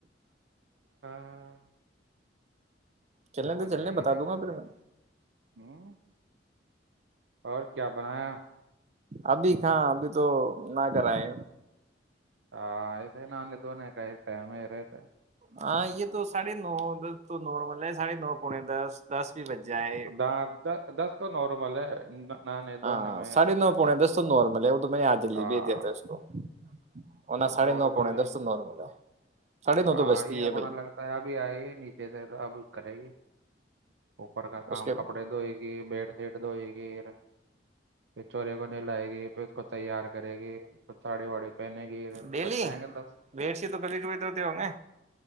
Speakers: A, on the right; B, on the right.
A: ہاں
B: چلنے
A: ہو
B: دیں
A: جائے
B: چلنے
A: گے
B: بتا
A: رے
B: دوں
A: کر
B: گا پھر
A: لا
B: میں
A: ہ اور کیا بنایا
B: ابھی کہاں ابھی تو نہ کرائے
A: ہاں ایسے ہی ناننے دنے کا ایکتا ہم رہتا ہے
B: ہاں یہ تو ساڑھے نوس تو نارمل ہے ساڑھے نو پونے دس دس بھی بج جائے
A: د د دست تو نارمل ہے ان <inaudible> نہ نہیں
B: ہاں
A: دنے میں
B: ساڑھے
A: کپڑے
B: نو پونے
A: دنے
B: دس
A: میں
B: تو نارمل ہے وہ تو میں نے آج جلدی
A: ہاں
B: بھیج دیا تھا اس کو ورنہ ساڑھے
A: نارمل
B: نو پونے
A: ہے
B: دس تو نارمل ہے ساڑھے نو تو
A: آ
B: بجتی
A: یہ اپنا
B: ہے بھائی
A: لگتا ہے ابھی آئیے نیچے سے تو اب کرے گی اچ <inaudible> پر کا کام
B: اس کے
A: کپڑے دھوئے گی بیڈ شیٹ دھوئے گی ا <inaudible> پھر چورے کو نہیں لائے گی پھر اس کو تیار کرے گی ساڑی واڑی پہنے گی
B: ڈیلی
A: بچ جائیں گے دس
B: ویٹ سے تو کبھی کبھی دھوتے ہوں گے